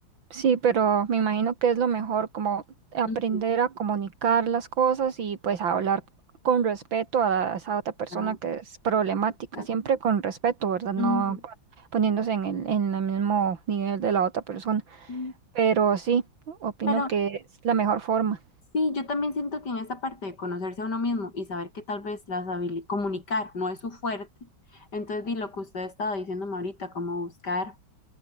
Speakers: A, on the right (about 70°); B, on the left (about 55°).
A: Sí, pero me imagino que es lo mejor, como aprender
B: Ujú,
A: a comunicar las cosas y pues a hablar con respeto a esa otra persona
B: ajá,
A: que es problemática,
B: exacto.
A: siempre con respeto, ¿verdad?
B: Ujú,
A: No poniéndose en el, en el mismo nivel de la otra persona.
B: ujú.
A: Pero sí, opino
B: Pero
A: que es la mejor forma.
B: Sí, yo también siento que en esa parte de conocerse a uno mismo y saber que tal vez las habili- comunicar no es su fuerte, entonces di lo que usted estaba diciéndome ahorita, como buscar